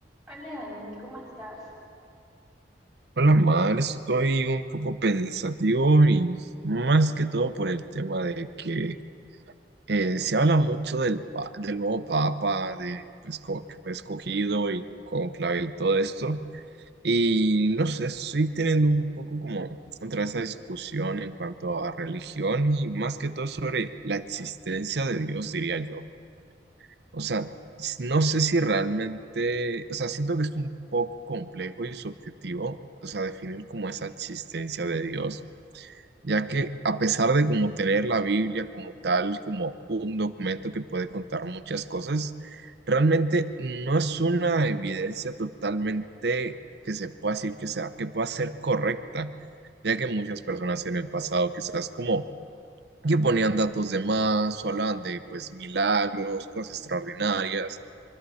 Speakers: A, in the centre; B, on the right.
A: Hola, Dani, ¿cómo estás?
B: Hola, Mar, estoy un poco pensativo y más que todo por el tema de que eh, se habla mucho del, pa- del nuevo papa, de pues, como que fue escogido y conclave y todo esto. Y no sé, estoy teniendo un poco como otra esa discusión en cuanto a religión y más que todo sobre la existencia de Dios, diría yo. O sea, s- no sé si realmente, o sea, siento que es un poco complejo y subjetivo, o sea, definir como esa existencia de Dios, ya que a pesar de como tener la Biblia como tal, como un documento que puede contar muchas cosas, realmente no es una evidencia totalmente que se pueda decir que sea, que pueda ser correcta, ya que muchas personas en el pasado quizás como que ponían datos de más o hablaban de pues milagros, cosas extraordinarias